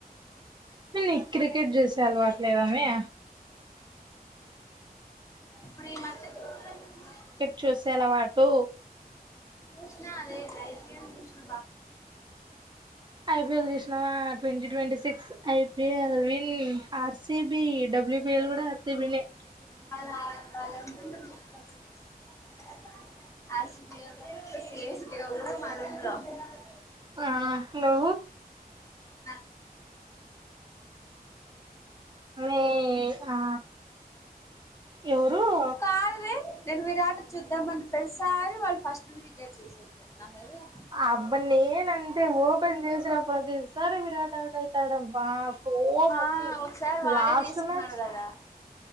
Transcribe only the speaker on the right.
నీ క్రికెట్ చూసే అలవాట్లేదని
చూసేలవాటు
ఐపీఎల్ చూస్నవా twenty twenty six IPL win are CB WBL కూడా ఆర్సిబి నే
ఆ హలో
మీ ఆ ఎవరు
అబ్బ నేన అంతే ఓపెన్ చేసిన ప్రతిసారి విరాట్ అవుట్ అవుతాడబ్బా కోపం
వత్తది
లాస్ట్
మ్యాచ్